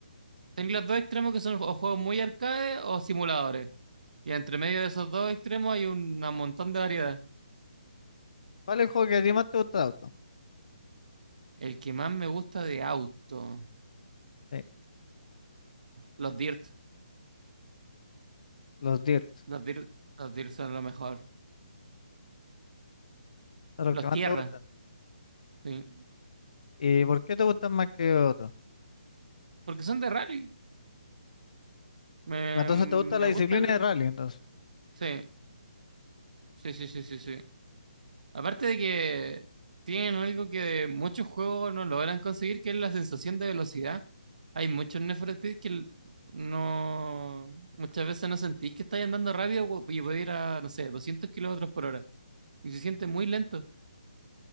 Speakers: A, on the right; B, on the left.
A: tenéis los dos extremos que son o juegos muy arcade o simuladores. Y entre medio de esos dos extremos hay un montón de variedad.
B: ¿Cuál es el juego que a ti más te gusta de auto?
A: El que más me gusta de auto,
B: Sí,
A: los dirt.
B: los Dirt.
A: Los dirt, los dirt son lo mejor.
B: Son los
A: Los
B: que más
A: tierra,
B: te gustan.
A: sí.
B: ¿Y por qué te gustan más que otros?
A: Porque son de rally. Me,
B: Entonces
A: me
B: te gusta la disciplina
A: gusta el.
B: de rally, entonces.
A: Sí, sí, sí, sí, sí, sí. Aparte de que tienen algo que muchos juegos no logran conseguir, que es la sensación de velocidad. Hay muchos Need for Speed que l- no, muchas veces no sentís que estáis andando rápido gu- y podéis ir a, no sé, 200 kilómetros por hora. Y se siente muy lento.